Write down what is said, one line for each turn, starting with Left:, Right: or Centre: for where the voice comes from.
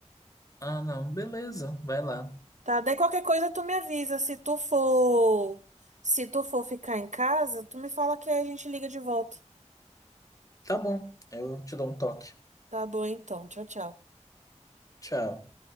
Left: Ah, não, beleza, vai lá.
Right: Tá, daí qualquer coisa tu me avisa, se tu for, se tu for ficar em casa, tu me fala que aí a gente liga de volta.
Left: Tá bom, eu te dou um toque.
Right: Tá bom então. Tchau, tchau.
Left: Tchau.